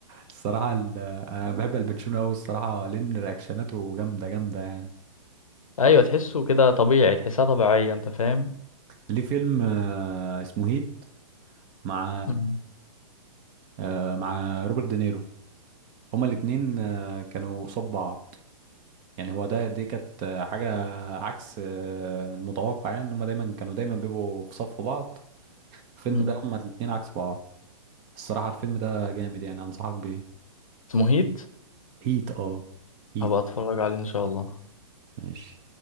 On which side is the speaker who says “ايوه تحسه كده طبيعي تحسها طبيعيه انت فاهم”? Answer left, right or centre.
Left